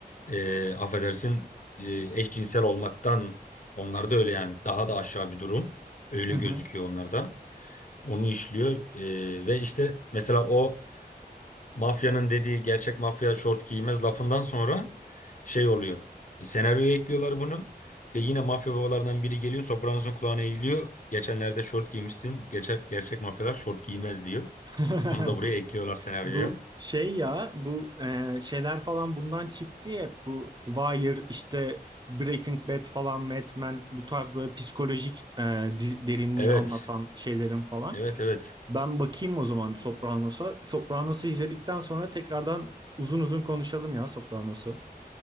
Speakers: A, on the left (about 50°); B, on the right (about 25°).
A: e, affedersin e, eşcinsel olmaktan onlar da öyle yani daha da aşağı bir durum. Öyle
B: Hı hı.
A: gözüküyor onlarda. Onu işliyor Ee, ve işte mesela o Mafyanın dediği gerçek mafya şort giymez lafından sonra şey oluyor. Senaryoya ekliyorlar bunu. Ve yine mafya babalarından biri geliyor. Sopranos'un kulağına eğiliyor. Geçenlerde şort giymişsin. Gerçek, gerçek mafyalar şort giymez diyor.
B: <laughs>
A: Onu da buraya ekliyorlar senaryoya.
B: Bu şey ya bu e, şeyler falan bundan çıktı ya bu Wire işte Breaking Bad falan Mad Men bu tarz böyle psikolojik e, di- derinliği
A: Evet.
B: anlatan şeylerin falan.
A: Evet evet.
B: Ben bakayım o zaman Sopranos'a. Sopranos'u izledikten sonra tekrardan uzun uzun konuşalım ya Sopranos'u.